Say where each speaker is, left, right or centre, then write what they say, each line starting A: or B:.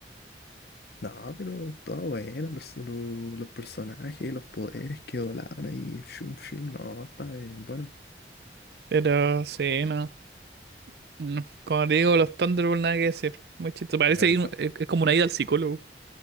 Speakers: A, on the left; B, on the right.
A: No, pero todo bueno, los, los, los personajes, los poderes que volaban ahí, shum, shum, no, está bien, bueno,
B: Pero sí, no. No. Como te digo, los Thunderbolts nada que decir. Muy chistoso. Parece
A: ya, compa-
B: ir- es, es como una ida al psicólogo.